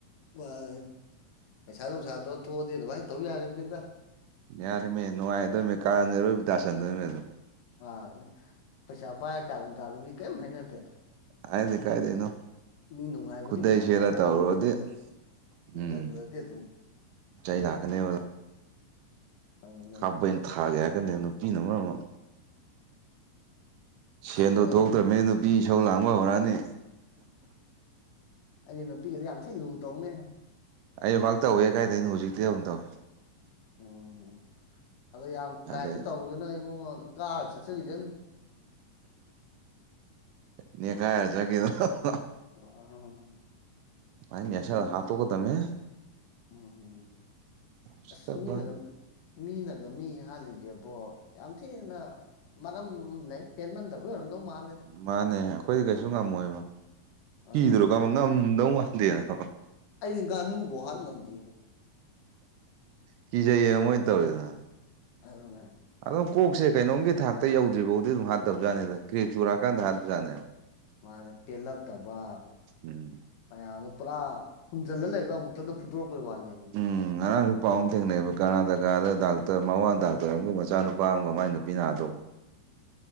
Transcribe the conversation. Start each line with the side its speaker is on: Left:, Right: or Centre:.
Left: ꯃꯥꯅꯤ ꯄꯩꯁꯥ ꯅꯨꯡꯁꯥꯗꯣ ꯊꯣꯛꯑꯗꯤ ꯑꯗꯨꯃꯥꯏ ꯇꯧ ꯌꯥꯔꯤꯝꯅꯤꯗ
Right: ꯌꯥꯔꯤꯝꯃꯦ ꯅꯨꯡꯉꯥꯏꯗꯣꯏꯃꯦ ꯀꯥꯟꯅꯔꯨꯞ ꯗꯁꯟꯗꯣꯏꯃꯦ ꯗꯨꯝ
Left: ꯃꯥꯟꯅꯦ ꯄꯩꯁꯥ ꯄꯥꯏꯔ ꯀꯥꯔꯟ ꯇꯥꯕꯗꯤ ꯀꯌꯤꯝ ꯍꯥꯏꯅꯗꯦ
Right: ꯍꯥꯏꯗꯦ ꯀꯥꯏꯗꯩꯅꯣ
Left: ꯃꯤ ꯅꯨꯡꯉꯥꯏꯕꯒꯤ
Right: ꯈꯨꯗꯩ
Left: ꯄꯩꯁꯥ
Right: ꯁꯦꯠꯂ
Left: ꯄꯥꯏꯕꯩ
Right: ꯇꯧꯔꯨꯔꯗꯤ
Left: ꯇꯧꯖꯔꯤꯅꯤꯅ
Right: ꯎꯝ
Left: ꯑꯗꯨꯗꯗꯤ ꯑꯗꯨꯝ
Right: ꯆꯩ ꯂꯥꯛꯀꯅꯦꯕ
Left: ꯑꯗꯨꯅꯦ
Right: ꯈꯥꯕꯩꯅ ꯊꯥꯒꯦ ꯍꯥꯏꯔꯛꯀꯅꯤ ꯅꯨꯄꯤꯅ ꯃꯔꯣꯝ ꯑꯃ ꯁꯦꯟꯗꯣ
Left: ꯑꯁ ꯈꯪꯗꯦ ꯑꯩꯗꯤ
Right: ꯊꯣꯛꯇ꯭ꯔꯝꯅꯤ ꯅꯨꯄꯤ ꯏꯁꯧ ꯂꯥꯡꯕ ꯍꯧꯔꯛꯑꯅꯤ
Left: ꯑꯩꯗꯤ ꯅꯨꯄꯤꯒꯗꯤ ꯌꯥꯝ ꯊꯤ ꯂꯨ ꯇꯧꯅꯦ
Right: ꯑꯩꯁꯨꯐꯥꯛ ꯇꯧꯋꯦ ꯀꯥꯏꯗꯩꯅꯣ ꯍꯧꯖꯤꯛꯇꯩ ꯍꯧꯅ ꯇꯧꯋꯦ
Left: ꯎꯝ ꯑꯗꯣ ꯌꯥꯝ ꯀꯥꯏꯅ
Right: ꯑꯗꯩ
Left: ꯇꯧꯔꯨꯒꯤ ꯅꯣꯍꯦ ꯏꯕꯨꯉꯣꯟ ꯀꯥꯔ ꯆꯠꯆꯒꯤꯖꯅꯤ
Right: ꯅꯦꯈꯥꯏꯔ ꯆꯠꯒꯤꯗꯅꯕ
Left: ꯑ
Right: ꯃꯥꯏ
Left: ꯑꯗꯨꯒ
Right: ꯅꯦꯁꯜꯂ ꯍꯥꯠꯇꯣꯛꯀꯗꯝꯅꯦ
Left: ꯎꯝ
Right: ꯎꯁꯤꯠꯇꯕ
Left: ꯑꯁ ꯃꯤ ꯅꯒꯝ ꯃꯤꯅꯒ ꯃꯤ ꯍꯥꯜꯂꯤꯖꯦꯕꯣ ꯌꯥꯝ ꯊꯤꯅ ꯃꯔꯝꯃꯝ ꯂꯩ ꯄꯦꯟꯃꯟꯗꯕꯩ ꯑꯣꯏꯔꯝꯗꯧ ꯃꯥꯜꯂꯦꯗ
Right: ꯃꯥꯅꯦ ꯑꯩꯈꯣꯏꯗꯤ ꯀꯩꯁꯨ ꯉꯝꯃꯣꯏꯕ
Left: ꯑꯗꯨꯅꯦ
Right: ꯀꯤꯗꯨꯔꯣ ꯀꯝꯕ ꯉꯝꯗꯧ ꯃꯥꯟꯗꯦ ꯅꯕ
Left: ꯑꯩꯗꯤ ꯉꯥꯅꯨꯕꯧ ꯍꯥꯠ ꯉꯝꯗꯦꯕ
Right: ꯀꯤꯖꯩꯌꯦ ꯃꯣꯏ ꯇꯧꯔꯤ ꯗꯣꯅ
Left: ꯑꯗꯨꯅꯦ
Right: ꯑꯗꯨꯝ ꯀꯣꯛꯁꯦ ꯀꯩꯅꯣꯝꯒꯤ ꯊꯥꯛꯇ ꯌꯧꯗ꯭ꯔꯤꯕꯥꯎꯗꯤ ꯑꯗꯨꯝ ꯍꯥꯠꯇꯕꯖꯥꯠꯅꯤꯗ ꯀꯔꯦꯛ ꯆꯨꯔꯑꯀꯥꯟꯗ ꯍꯥꯠꯄꯖꯥꯠꯅꯦꯕ
Left: ꯃꯥꯅꯦ ꯄꯦꯜꯂꯛꯇꯕ
Right: ꯎꯝ
Left: ꯃꯌꯥꯝꯗꯣ ꯄꯨꯔꯥ ꯐꯨꯝꯖꯤꯜꯂ ꯂꯩꯕꯗꯣ ꯑꯃꯨꯛꯇꯪꯗ ꯐꯨꯗꯣꯔꯛꯄꯩ ꯋꯥꯅꯦꯕ
Right: ꯎꯝ ꯉꯔꯥꯡꯁꯨ ꯄꯥꯎ ꯑꯃ ꯊꯦꯡꯅꯩꯑꯕ ꯀꯔꯅꯥꯇꯀꯥꯗ ꯗꯥꯛꯇꯔ ꯃꯋꯥ ꯗꯥꯛꯇꯔ ꯑꯃꯒ ꯃꯆꯥꯅꯨꯄꯥ ꯑꯃꯒ ꯃꯥꯏ ꯅꯨꯄꯤꯅ ꯍꯥꯠꯗꯣꯛ